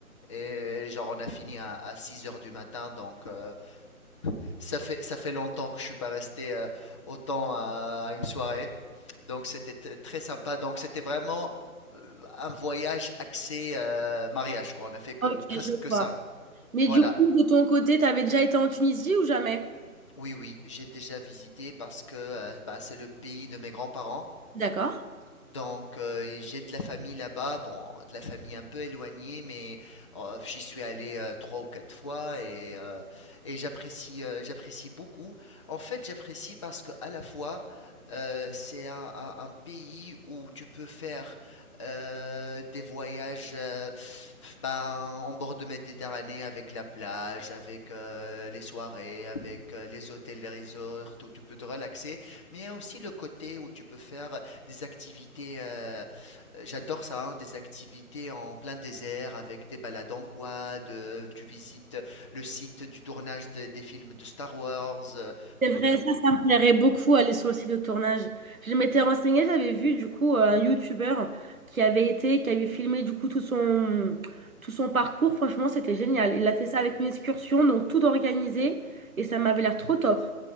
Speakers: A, on the left (about 20°); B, on the right (about 65°).
A: Et genre, on a fini à, à 6 heures du matin, donc euh, ça fait, ça fait longtemps que je suis pas resté euh, autant à, à une soirée. Donc c'était t- très sympa. Donc c'était vraiment euh, un voyage axé euh, mariage, quoi. On a fait que
B: Ok,
A: presque
B: je
A: que
B: vois.
A: ça.
B: Mais
A: Voilà.
B: du coup, de ton côté, t'avais déjà été en Tunisie ou jamais?
A: Oui, oui, j'ai déjà visité parce que euh, bah, c'est le pays de mes grands-parents.
B: D'accord.
A: Donc, euh, j'ai de la famille là-bas, bon, de la famille un peu éloignée, mais euh, j'y suis allé euh, trois ou quatre fois et, euh, et j'apprécie, euh, j'apprécie beaucoup. En fait, j'apprécie parce que à la fois, euh, c'est un, un- un pays où tu peux faire euh, des voyages euh, ben, en bord de Méditerranée avec la plage, avec euh, les soirées, avec euh, les hôtels, les resorts, où tu peux te relaxer, mais il y a aussi le côté où tu peux faire des activités, heu, heu, j'adore ça, hein, des activités en plein désert avec des balades en quad, heu, tu visites le site du tournage des des films de Star Wars, heu,
B: C'est vrai, ça, ça me plairait beaucoup aller sur le site de tournage. Je m'étais renseignée, j'avais vu du coup un YouTuber qui avait été, qui avait filmé du coup tout son, tout son parcours. Franchement, c'était génial. Il a fait ça avec une excursion, donc tout organisé et ça m'avait l'air trop top.